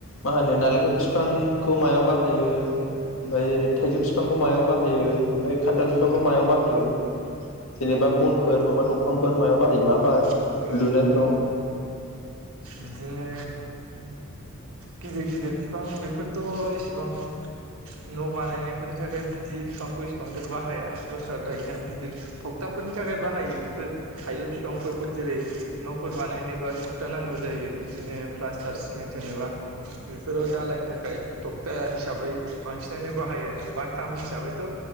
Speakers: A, on the left; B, on the right.
A: मा होनो नालेंखल बिफांखौ मायाव बाहायो ओमफ्राय थाइजौ फिफांखौ मायाव बाहायो, ओमफ्राय खान्थाल बिफांखौ
B: ओ
A: मायाव बाहायो जेनेबा बनफोर माबा, दंफांफोर मायाव बाहायो मा बाहाय
B: ओ
A: लुनायफ्राव
B: बिदिनो गिदिर गिदिर बिफां बेफोरथ' एसेबां न' बानायनायफोरनि थाखाय बिदि बिफांखौ इसेबांथ' बाहाया दस्रा थायोना गिदिर थखथाफोरनि थाखाय बाहायो बेफोर थाइजौ बिफांफोरखौ जेरै न'फोर बानायनोबा थखथा नांगौ जायो बिदिनो प्लास्टार सिमेन्ट होनोबा बेफोराव दालायनो थाखाय थखथा हिसाबै बांसिनानो बाहायो आरो बााथाम हिसाबैथ'